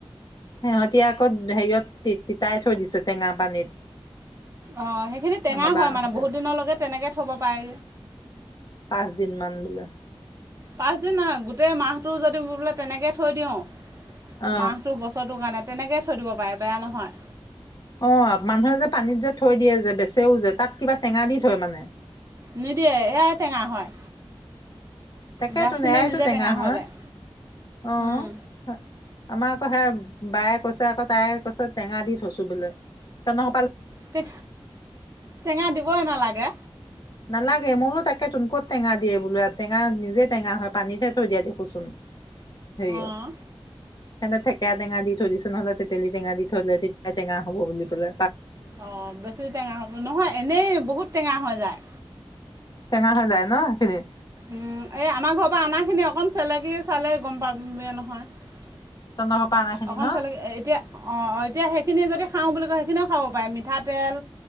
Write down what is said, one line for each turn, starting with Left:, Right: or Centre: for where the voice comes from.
Left: সিহঁতি আকৌ হেৰিয়ত তি তিতাই থৈ দিছে টেঙা পানীত
Right: অ সেইখিনি টেঙা
Left: আমাৰ বাহঁতে
Right: হয় মানে বহুত দিনলৈকে তেনেকে থব উপায়
Left: পাঁচদিন ম বোলে
Right: পাচ দিন আৰু গোটেই মাহটো যদি বোলে তেনেকে থৈ দিওঁ
Left: অ
Right: মাহটো বছৰটোৰ কাৰণে তেনেকৈ থৈ দিব পাৰে বেয়া নহয়
Left: অ মানুহে যে পানীত যে থৈ দিয়ে যে বেচেও যে তাত কিবা টেঙা দি থয় মানে
Right: নিদিয়ে এয়াই টেঙা হয়
Left: তাকেতো
Right: গাছখিনিয়ে
Left: নৰাাইতটো
Right: নিজে
Left: টেঙা হ
Right: হৈ যায়
Left: আহ
Right: উম।
Left: আমাৰ আকৌ সে বায়ে কৈছে আকৌ তাই কৈছে টেঙা দি থৈছো বোলে তেনেহ
Right: টে টেঙা দিবই নালাগে
Left: নালাগে মোৰো তাকে টোনকত টেঙা দিয়ে বোলো টেঙা নিজেই টেঙা হয় পানীতহে থৈ দিয়া দেখোচোন সেইয়
Right: অঁ
Left: সেহতেত ে টেঙা দি থৈ দিছছে নহলে তেতেলী টেঙা দি থ ললে তেতিয়া টেঙা হব বুলি পেললে
Right: অ বেছি টেঙা হ'ব নহয় এনেই বহুত টেঙা হৈ যায়
Left: টেঙা হৈা যায় ন খেইদিন
Right: উম এই আমাৰ ঘৰৰ পৰা অনা খিনি অকন চেলেকি চালে গম পাব নহয়
Left: তহঁতৰ পৰা অনাখিনি
Right: অকন
Left: ন
Right: চলেকে এতিয়া অ অ এতিয়া সেই সখিনিয়ি যদি খাওঁ বুলি কয় সেইখিনিও খাব পাৰে মিঠাতেল